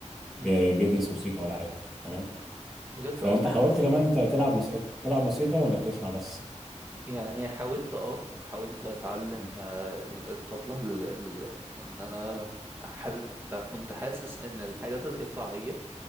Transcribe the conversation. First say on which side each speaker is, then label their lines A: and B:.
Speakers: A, on the right; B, in the centre.
A: مم.
B: بي- بيدرس موسيقى ولا حاجه تمام
A: بجد
B: فانت
A: اه
B: حاولت كمان ت- تلعب موسيقى تلعب موسيقى ولا بتسمع بس
A: يعني حاولت اه حاولت اتعلم
B: مم.
A: آه، ال- الطبلة ال- ال- ان انا حابب بقى- كنت حاسس ان الحاجات الايقاعية